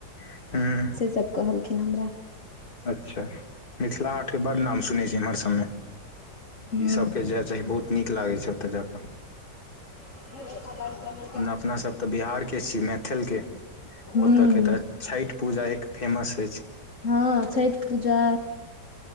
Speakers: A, on the left; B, on the left.
A: हूँ
B: से सब कहलखिन हमरा।
A: अच्छा मिथिला हाट के बड़ नाम सुनैत छ। एम्हर सभ मे
B: हूं
A: ईसभके जाय चाही बहुत नीक लागै छै। ओतय जा कऽ
B: <unintelligible> <unintelligible>
A: ओना अपना सभ तऽ बिहार के छी। मैथिल के
B: हूं
A: ओतय के तऽ छठि पूजा एक फेमस अछि।
B: हँ छठ पूजा